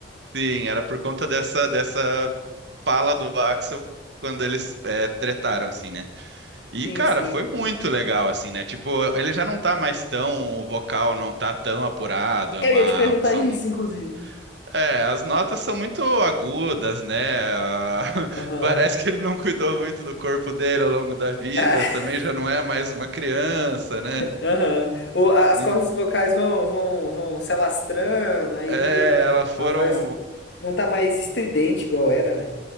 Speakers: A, on the right (about 70°); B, on the left (about 70°).
A: Sim, era por conta dessa, dessa fala do Axel quando eles é, tretaram, assim, né? E,
B: Sim,
A: cara,
B: sim.
A: foi muito legal, assim, né? Tipo, ele já não tá mais tão, o vocal não tá tão apurado, é
B: Eu
A: uma,
B: ia te perguntar
A: são,
B: isso, inclusive.
A: é, as notas são muito agudas, né? Ah, <laughs>
B: Aham.
A: Parece que ele não cuidou muito do corpo dele ao longo da vida,
B: <laughs>
A: também já não é mais uma criança, né?
B: Aham. O- a- As
A: Em-
B: cordas vocais vão, vão, vão se alastrando, aí
A: É, elas foram,
B: a voz não tá mais estridente igual era, né?